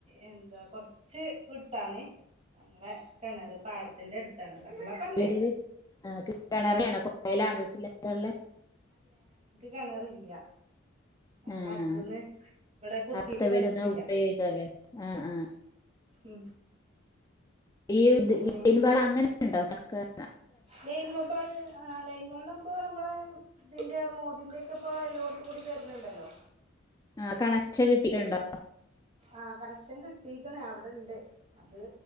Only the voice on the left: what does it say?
വീട്ടില് കിണറാണോ കുഴലാണോ വീട്ടിലെന്താ ഉള്ളെ
ആഹ്
അടുത്ത
വീട്ട്ന്ന് ഉപയോഗിക്കാല്ലേ ആഹ് ആഹ്
ഈ ഇത്
<unintelligible> പാട അങ്ങനെ ഉണ്ടോ സർക്കാറിനു
ആ കണക്ഷൻ കിട്ടിയിട്ടുണ്ടോ